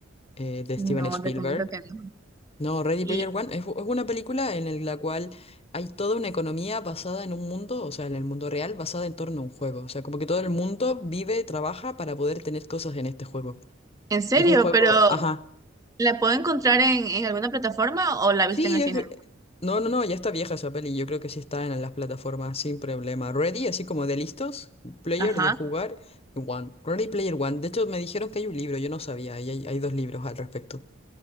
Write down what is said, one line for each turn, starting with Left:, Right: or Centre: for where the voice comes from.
Left: eh, de
Right: No,
Left: Steven Spielberg.
Right: te comento que no.
Left: No, Ready
Right: ¿Y
Left: Player One es, es una película en el- la cual hay toda una economía basada en un mundo, o sea, en el mundo real, basada en torno a un juego. O sea, como que todo el mundo vive, trabaja para poder tener cosas en este juego.
Right: en serio?
Left: Y es un juego,
Right: ¿Pero
Left: ajá.
Right: la puedo encontrar en, en alguna plataforma o la viste
Left: Sí,
Right: en el
Left: es...
Right: cine?
Left: eh, No, no, no, ya está vieja esa peli. Yo creo que sí está en las plataformas sin problema. Ready, así como de listos, player
Right: Ajá.
Left: de jugar, One. Ready Player One. De hecho, me dijeron que hay un libro, yo no sabía, y hay, hay dos libros al respecto.